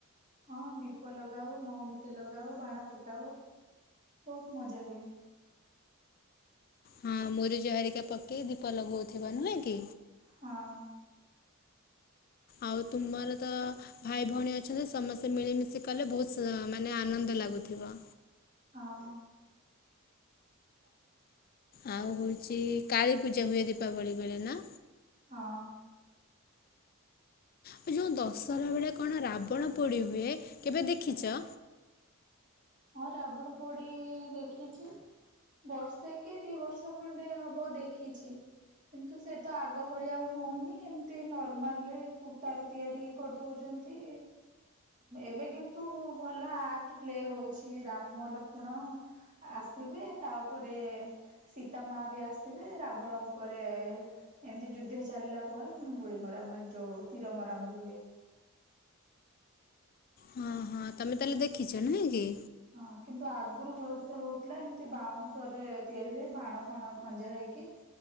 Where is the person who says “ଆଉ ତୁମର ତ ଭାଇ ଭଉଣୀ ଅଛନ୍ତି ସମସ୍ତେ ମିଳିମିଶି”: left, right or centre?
Left